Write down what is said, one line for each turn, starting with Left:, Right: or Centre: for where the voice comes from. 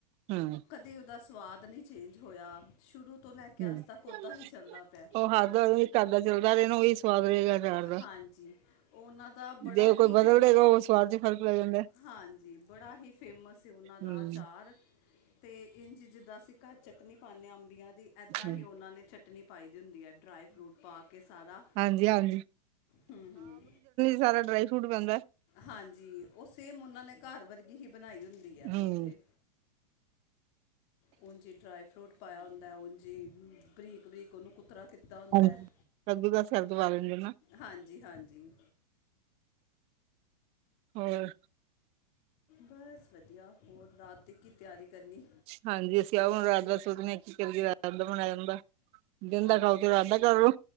Right: ਹਮ
Left: ਕਦੇ ਉਹਦਾ ਸਵਾਦ ਨੀ ਚੇਂਜ ਹੋਇਆ। ਸ਼ੁਰੂ ਤੋਂ ਲੈ ਕੇ
Right: ਹੁ
Left: ਅੱਜ ਤੱਕ ਉਦਾਂ ਹੀ ਚੱਲਦਾ ਪਿਆ ਹੈ।
Right: ਉਹ ਹਰ ਦਮ ਹੀ ਢਾਬਾ ਚੱਲਦਾ ਰਹੇ ਨਾ ਉਹੀ ਸਵਾਦ ਰਹੇਗਾ ਆਚਾਰ ਦਾ
Left: ਹਾਂਜੀ ਉਹਨਾਂ ਦਾ ਬੜਾ
Right: ਜੇ ਕੋਈ
Left: ਹੀ
Right: ਬਦਲਦੇਗਾ
Left: ਫੇਮਸ
Right: ਉਹ ਸਵਾਦ ਚ ਫ਼ਰਕ ਪੈ ਜਾਂਦਾ।
Left: ਹਾਂਜੀ ਬੜਾ ਹੀ ਫੇਮਸ ਸੀ ਉਹਨਾਂ ਦਾ
Right: ਹਮ
Left: ਅਚਾਰ। ਤੇ ਇੰਝ ਜਿੱਦਾ ਅਸੀ ਘਰ ਚਟਨੀ ਪਾਨੇ ਹਾਂ ਅੰਬੀਆਂ ਦੀ ਇੱਦਾਂ
Right: ਹਮ
Left: ਹੀ ਉਹਨਾਂ ਨੇ ਚਟਨੀ ਪਾਈ ਦੀ ਹੁੰਦੀ ਹੈ ਡਰਾਈ ਫਰੂਟ ਪਾ ਕੇ ਸਾਰਾ।
Right: ਹਾਂਜੀ-ਹਾਂਜੀ
Left: ਹੁ-ਹੁ
Right: ਸਾਰਾ ਡਰਾਈ ਫਰੂਟ ਪੈਂਦਾ।
Left: ਹਾਂਜੀ ਉਹ ਸੇਮ ਉਹਨਾ ਨੇ ਘਰ ਵਰਗੀ ਹੀ ਬਣਾਈ ਹੁੰਦੀ ਹੈ
Right: ਹੂੰ
Left: ਉਥੇ। ਉੰਝ ਹੀ ਡਰਾਈ ਫਰੂਟ ਪਾਇਆ ਹੁੰਦਾ ਉਂਝ ਹੀ ਬਰੀਕ-ਬਰੀਕ ਉਹਨੂੰ ਕੁਤਰਾ ਕੀਤਾ ਹੁੰਦਾ
Right: ਹਾਂਜੀ।
Left: ਹੈ
Right: ਕੱਦੂਕਸ ਕਰਕੇ ਪਾ ਦਿੰਦੇ ਨਾ
Left: ਹਾਂਜੀ-ਹਾਂਜੀ।
Right: ਹੋਰ
Left: ਬਸ ਵਧੀਆ ਹੋਰ ਰਾਤ ਦੀ ਕੀ ਤਿਆਰੀ ਕਰਨੀ।
Right: ਹਾਂਜੀ ਅਸੀਂ ਆਓ ਹ ਰਾਦਾ ਸੋਚਨੇ ਹਾਂ ਕੀ ਕਰੀਏ ਰਾਦਾ <unintelligible> ਦਿਨ ਦਾ
Left: ਅੱਛਾ
Right: ਖਾਓ ਤੇ
Left: ਅੱਛਾ
Right: ਰਾਤ ਦਾ ਕਰਲੋ।